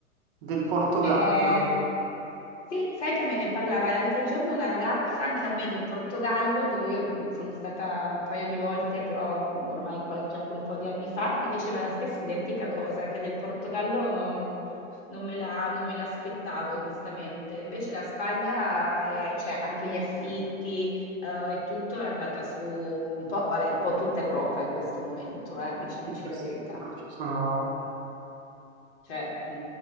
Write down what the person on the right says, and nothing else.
del Portogallo.
Sì,
sì,
Ci sono...